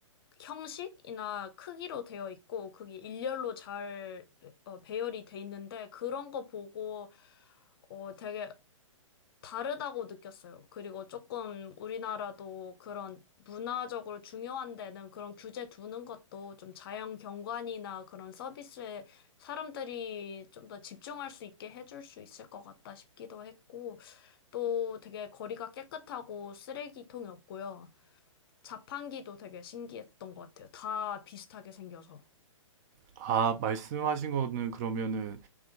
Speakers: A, on the left (about 45°); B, on the right (about 30°).
A: 형식이나 크기로 되어 있고 그게 일렬로 잘 배- 어, 배열이 돼 있는데 그런 거 보고 어 되게 다르다고 느꼈어요. 그리고 조금 우리나라도 그런 문화적으로 중요한 데는 그런 규제 두는 것도 좀 자연 경관이나 그런 서비스에 사람들이 좀 더 집중할 수 있게 해줄 수 있을 것 같다 싶기도 했고, 또 되게 거리가 깨끗하고 쓰레기통이 없고요. 자판기도 되게 신기했던 것 같아요. 다 비슷하게 생겨서.
B: 아, 말씀하신 거는 그러면은